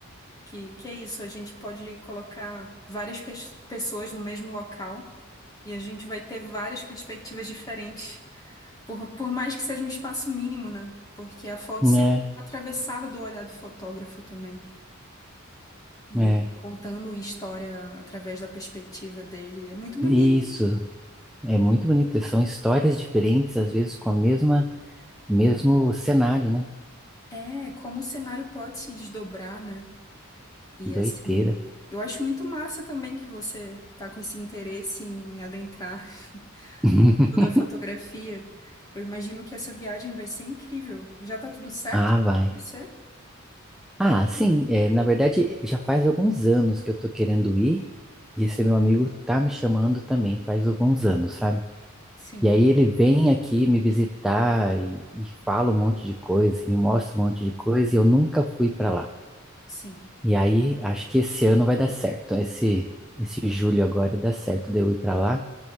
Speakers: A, on the left; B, in the centre.
A: que, que é isso, a gente pode colocar várias pes- pessoas no mesmo local e a gente vai ter várias perspectivas diferentes, por, por mais que seja um espaço mínimo, né? Porque a foto
B: né?
A: sempre está atravessada do olhar do fotógrafo também. e
B: É.
A: contando uma história através da perspectiva dele. É muito bonito.
B: Isso. É muito bonito. São histórias diferentes, às vezes com a mesma, mesmo cenário, né?
A: É, como o cenário pode se desdobrar, né? E
B: Doideira.
A: assim, eu acho muito massa também que você tá com esse interesse em adentrar
B: <laughs>
A: <laughs> o mundo da fotografia. Eu imagino que essa viagem vai ser incrível. Já tá tudo certo
B: Ah,
A: pra
B: vai.
A: acontecer?
B: Ah, sim, é, na verdade já faz alguns anos que eu tô querendo ir, e esse meu amigo tá me chamando também, faz alguns anos, sabe?
A: Sim,
B: E aí ele vem aqui me visitar e, e fala um monte de coisa, e me mostra um monte de coisa, e eu nunca fui pra lá.
A: sim.
B: E aí, acho que esse ano vai dar certo. Esse, esse julho agora dá certo de eu ir pra lá